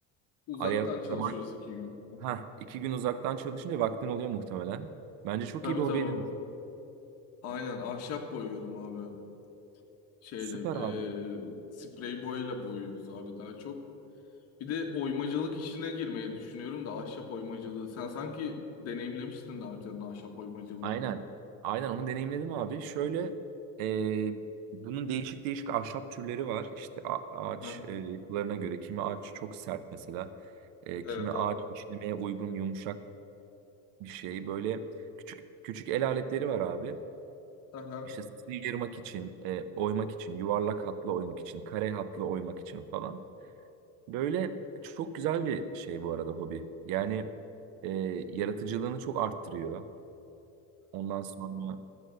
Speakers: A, on the left; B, on the right.
A: Uzaktan
B: Araya o
A: çalışıyoruz
B: zaman
A: iki gün. Hı.
B: ha 2 gün uzaktan çalışınca vaktin oluyor muhtemelen. Bence çok
A: Tabii
B: iyi bir hobi
A: tabii
B: edinmiş.
A: abi. Aynen ahşap boyuyorum abi. Şeyle
B: Süper abi.
A: e, sprey boyayla boyuyoruz abi daha çok. Bir de oymacılık işine girmeyi düşünüyorum da ahşap oymacılığı. Sen sanki deneyimlemiştin daha önceden ahşap oymacılığını.
B: Aynen. Aynen onu deneyimledim abi. Şöyle e, bunun değişik değişik ahşap türleri var. İşte a-
A: Hı hı.
B: ağaç e, yapılarına göre kimi ağaç çok sert mesela. E,
A: Evet
B: kimi ağaç
A: abi.
B: işlemeye uygun yumuşak bir şey. Böyle küçük küçük el aletleri var abi.
A: Hı hı.
B: İşte sıyırmak için, e, oymak için, yuvarlak hatla oymak için, kare hatla oymak için falan. Böyle çok güzel bir şey bu arada hobi. Yani e, yaratıcılığını çok arttırıyor. Ondan sonra